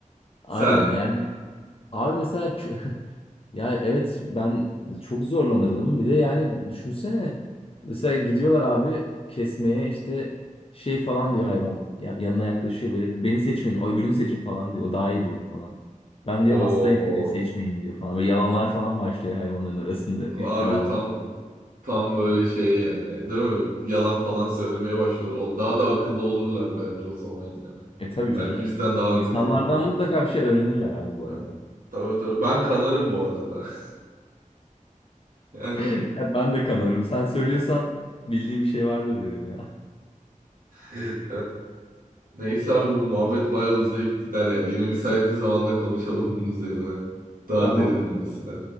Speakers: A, on the left; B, on the right.
A: Aynen
B: Sen?
A: yani Abi mesela ç- <laughs> ya evet ben çok zorlanırdım. Bir de yani düşünsene mesela gidiyorlar abi kesmeye işte şey falan
B: Hı
A: diyor
B: hı.
A: hayvan Ya- yanına yaklaşıyor böyle beni seçmeyin o öbürünü seçin falan diyor. O daha iyi diyor falan. Ben diyor
B: O
A: hastayım diyor, beni seçmeyin diyor falan. Böyle yalanlar falan başlıyor hayvanların arasında <laughs> iftiralar.
B: abi tam tam böyle şey yani değil mi? Yalan falan söylemeye başlıyorlar. O daha da akıllı olurlar bence o zaman yani.
A: E tabii
B: Belki
A: canım.
B: bizden
A: Bak,
B: daha akıllı
A: İnsanlardan
B: olurlar.
A: mutlaka bir şey öğrenirler abi bu
B: Ha,
A: arada.
B: Tabii tabii. Ben kanarım bu arada. <laughs> Yani
A: <laughs> Ya ben de kanarım. Sen söylüyorsan bildiğim bir şey vardır derim ya.
B: evet. Neyse abi bu muhabbet bayağı uzayıp gider ya. Yine müsait bir zamanda konuşalım bunun üzerine.
A: <laughs>
B: Daha
A: Tamam.
B: derinlemesine.